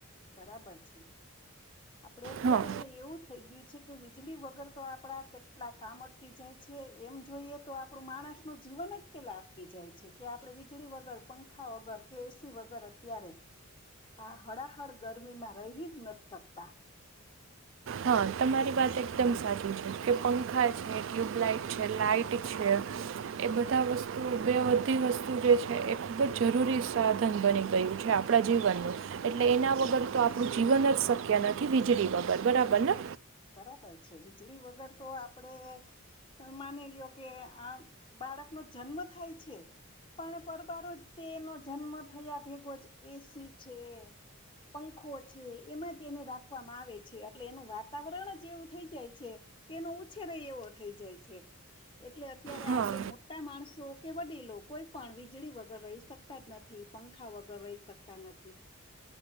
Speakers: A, on the left; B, on the right.
A: બરાબર છે આપડે અત્યારે
B: હા
A: એવું થઈ ગયું કે વીજળી વગર તો આપડા કેટલા કામ અટકી જાય છે એમ જોઈએ તો આપડું માણસ નું જીવન જ પેલા અટકી જાય છે કે આપડ વીજળી વગર પંખા વગર કે એસી વગર અત્યારે આ હ ગરમીમાં રહી જ નથી શકતા
B: હા તમારી વાત એકદમ સાચી છે કે પંખા છે ટ્યુબલાઇટ છે લાાઈટ છે એ બધા વસ્તુ બે બધી વસ્તુ જે છે એ ખૂબ જ જરૂરી સાધન બની ગયું છે આપણા જીવનનું એટલે એના વગર તો આપણું જીવન જ શક્ય નથી વીજળી વગર બરાબર ને
A: બરાબર છે વીજળી વગર તો આપડે માની લો્યો કે આ બાળકનો જન્મ થાય છે પણ પરબારો તેનો જન્મ થયા ભેગો જ એસી છે પંખો છે એમાં જ એને રાખવામાં આવે છે એટલે એનું વાત વાતાવરણ જ એવું થઈ જાય છે કેનો ઉછેરે એવો થઈ જાય છે એટલે અત્યારે
B: હા
A: આપણે મોટા માણસો કે વડીલો કોઈ પણ વીજળી વગર રહી શકતા જ નથી પંખા વગર રહી શકતા નથી